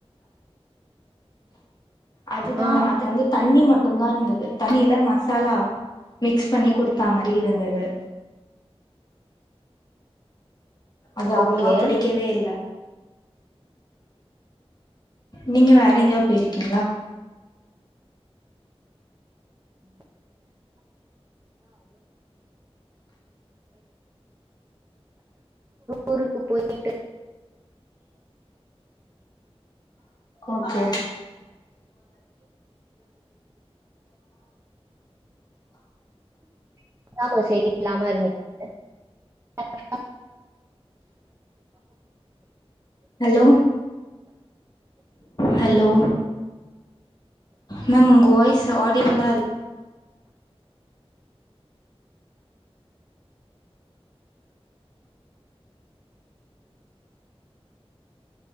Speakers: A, on the left; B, on the right.
A: அதுதா
B: ஆ
A: அது வந்து தண்ணி மட் மட்டு்தா இருந்தது தண்ணியில மசாலா மிக்ஸ் பண்ணி குடுத்தா மாரி இருந்தது அது அவ்ளோவா
B: ஓகே
A: புடிக்கவே இல்ல நீங்க வேற எங்கேயா போயிருக்கீங்களா
B: <inaudible> <inaudible> ஊருக்கு போயிட்டு
A: ஓகே <inaudible>
B: ஆமா செரியில்லாம இருந் <inaudible>
A: ஹலோ ஹலோ மேம் உங்க வாய்ஸ் ஆடியபிள்லா இ